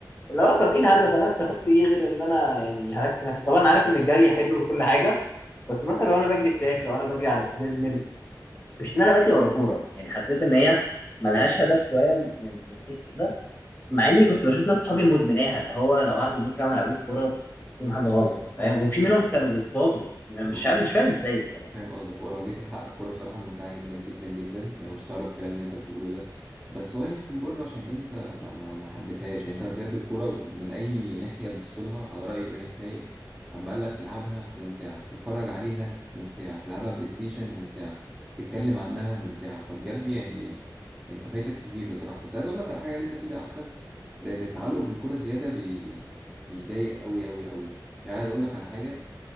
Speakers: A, on the left; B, in the centre.
A: اللي هو طب ايه الهدف انا استفدت ايه غير ان انا يعني هلكت نفسي طبعا انا عارف ان الجري حلو وكل حاجه بس مثلا لو انا بجري تراك لو انا بجري على تريد ميل مش ان انا بجري ورا كوره يعني حسيت ان هي ملهاش هدف شويه من من حيث كده مع اني كنت بشوف ناس صحابي مدمناها اللي هو لو قعدوا يومين كده ما لعبوش كوره يبقى فيهم حاجه غلط
B: يعني بصراحه
A: فاهم وفي منهم كانوا بيتصابوا م-
B: لو
A: مش فاهم
B: جيت
A: مش فاهم ازاي الصراحه
B: فاهم قصدك هو لو جيت للحق الكورة بصراحة ممتعة جدا جدا جدا يعني أنا مستغرب الكلام اللي أنت بتقوله ده بس هو يمكن برضه عشان أنت ما ما ما حبيتهاش يعني أنت بجد الكورة من أي ناحية تبص لها على رأي إبراهيم فايق أما قال لك تلعبها ممتعة تتفرج عليها ممتعة تلعبها بلاي ستيشن ممتعة تتكلم عنها ممتعة فبجد يعني أنت فايتك كتير بصراحة بس عايز أقول لك على حاجة اللي أنت فيه ده أحسن لأن التعلق بالكورة الزيادة بي... بيضايق أوي أوي أوي يعني عايز أقول لك على حاجة